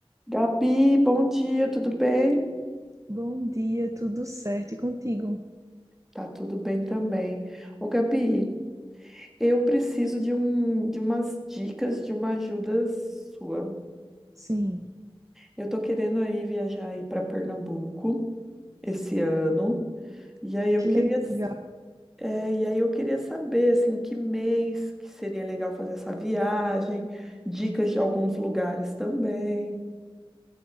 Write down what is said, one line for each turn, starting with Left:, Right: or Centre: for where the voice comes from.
Centre: Gabi, bom dia, tudo bem?
Right: Bom dia, tudo certo e contigo?
Centre: Tá tudo bem também. Ô, Gabi, eu preciso de um, de umas dicas, de uma ajuda sua.
Right: Sim,
Centre: Eu tô querendo aí viajar aí para Pernambuco esse ano, e aí eu
Right: que
Centre: queria,
Right: legal.
Centre: é, e aí eu queria saber assim, que mês que seria legal fazer essa viagem, dicas de alguns lugares também.